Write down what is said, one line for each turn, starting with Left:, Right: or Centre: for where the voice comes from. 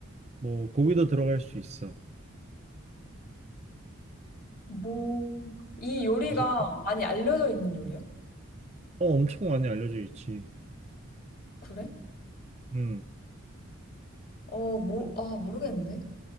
Right: 뭐, 고기도 들어갈 수 있어.
Left: 뭐, 이 요리가
Right: 아주, 어,
Left: 많이 알려져 있는 요리야?
Right: 엄청 많이 알려져 있지.
Left: 그래?
Right: 음,
Left: 어, 모, 아, 모르겠는데?